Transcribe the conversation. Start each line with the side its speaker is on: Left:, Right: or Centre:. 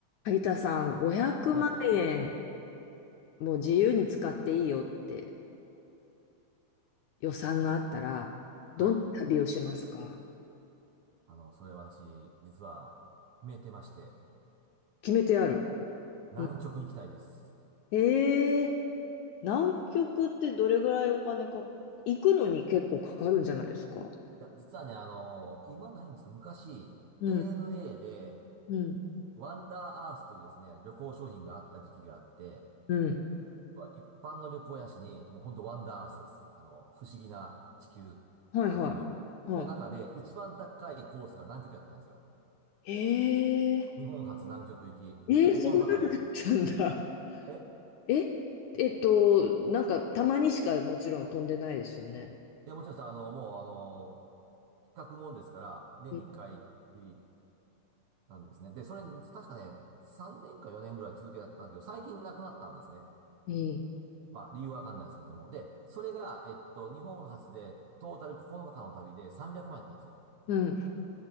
Left: 萩田さん、500万円
Right: はい。
Left: もう自由に使っていいよって予算があったら、
Right: はい。
Left: どんな旅をしますか
Right: あの、それ私、実は、決めてまして、
Left: 決めてある。
Right: 南極に行きたいです。
Left: うん。えー、南極ってどれぐらいお金か、行くのに結構かかるんじゃないですか
Right: いや、実はね、あの、今ないんですけど、昔、
Left: うん、
Right: ANA で、
Left: うん、
Right: ワンダーアースというですね、旅行商品があった時期があって、
Left: うん。
Right: 一般の旅行やしに、もうほんとワンダーアースです。あの、不思議な地球
Left: はいはい。
Right: の旅の中で、
Left: は
Right: 一番高いコースが南極やったんですよ。
Left: い。え
Right: 日本初南極行き、
Left: ー、
Right: えっと、
Left: えー、
Right: 9日間です。
Left: そんなのあったんだ。
Right: え
Left: え、えっと、なんかたまにしかもちろん飛んでないですよね。
Right: いや、もちろんさ、あの、もう、あの、企画もんですから、年に1回きり、
Left: うん。
Right: なんですね。で、それ、確かね、3年か4年ぐらい続けたんだけど、最近亡くなったんですね。
Left: うん。
Right: まあ、理由はわかんないですけども。で、それが、えっと、日本初で、トータル9日間の旅で300万円やったんですよ。
Left: う